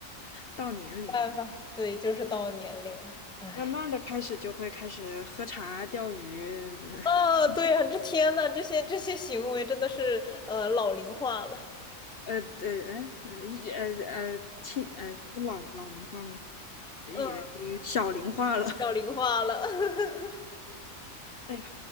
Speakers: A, on the left (about 50°); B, in the centre.
A: 到年龄了，
B: 办法，对，就是到年龄了，哎，
A: 慢慢的开始就会开始喝茶、钓鱼，
B: 啊，
A: <laughs>
B: 对呀，这天呐，这些这些行为真的是呃老龄化了，
A: 呃呃哎呃一呃呃亲呃这是老老龄化吗？也小龄化了，
B: 嗯，
A: <laughs>
B: 老龄化了，<laughs>
A: 哎呀，